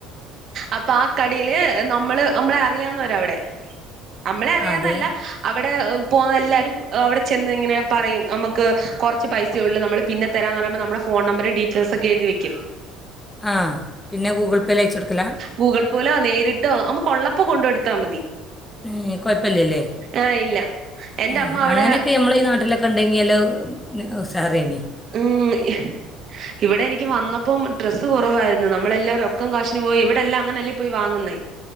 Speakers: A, on the right; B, on the left.
A: അപ്പൊ ആ കടയില് നമ്മള് നമ്മളെ അറിയാവുന്നവരാ അവിടെ നമ്മളെ അറിയാവുന്നല്ല
B: ആ അതെ
A: അവിടെ പോകുന്ന എല്ലാവരും അവിടെ ചെന്ന് ഇങ്ങനെ പറയും നമുക്ക് കുറച്ച് പൈസ ഉള്ളൂ നമ്മൾ പിന്നെ തരാന്ന് പറയുമ്പോൾ നമ്മുടെ ഫോൺ നമ്പരും ഡീറ്റെൽസ് ഒക്കെ എഴുതി വയ്ക്കും
B: ആഹ് പിന്നെ ഗൂഗിൾ പേയിൽ അയച്ചു കൊടുക്കലാ?
A: ഗൂഗിൾ പേലോ നേരിട്ടോ നമുക്ക് ഉള്ളപ്പോ കൊണ്ടു കൊടുത്താൽ മതി.
B: ഏഹ് കുഴപ്പം ഇല്ലല്ലേ
A: ആഹ് ഇല്ല എന്റെ
B: ഏഹ്
A: അമ്മ അവിടെ
B: അങ്ങനെയൊക്കെ നമ്മളെ ഈ നാട്ടിലൊക്കെ ഉണ്ടെങ്കിലോ ഉശാറേയ്നിം
A: ഉം ഇഹ് ഇവിടെ എനിക്ക് വന്നപ്പം ഡ്രസ്സ് കൊറവായിരുന്നു. നമ്മളെല്ലാരും റൊക്കം കാശിന് പോയി ഇവിടെ എല്ലാം അങ്ങനെല്ലേ പോയി വാങ്ങുന്നേ